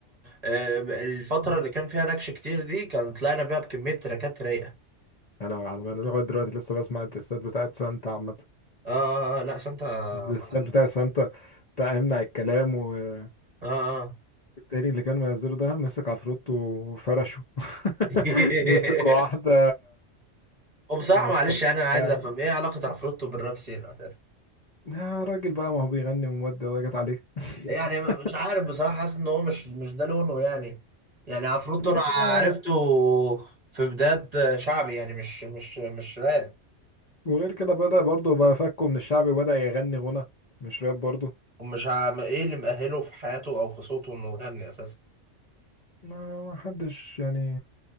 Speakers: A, on the right; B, on the left.
A: آه، الفترة اللي كان فيها نكش كتير دي كان طلعنا بيها بكمية تراكات رايقة
B: يا لهوي على ما انا لغاية دلوقتي لسه بسمع الدسات بتاعت سانتا عامة
A: اه آه، آه، لا سانتا
B: الدسات
A: معلم
B: بتاع سانتا بتاع امنع الكلام والتاني
A: اه اه
B: اللي كان منزله ده مسك عفروت وفرشه <laughs>
A: <laughs>
B: مسك واحدة
A: وبصراحة
B: مش
A: معلش
B: طبيعي
A: يعني انا عايز
B: يعني
A: افهم ايه علاقة عفروتو بالراب سين اساسا
B: يا راجل بقى ما هو بيغني ومودة وهي جت عليه <laughs>
A: يعني م- مش عارف بصراحة حاسس ان هو مش مش ده لونه يعني يعني عفروتو
B: المهم
A: انا عرفته
B: ده ما
A: في بداية شعبي يعني مش مش مش راب
B: وغير كده بدأ برضه بقى فكه من الشعبي وبدأ يغني غنى مش راب برضه
A: ومش عم- ايه اللي مأهله في حياته او في صوته انه يغني اساسا
B: ما ما حدش يعني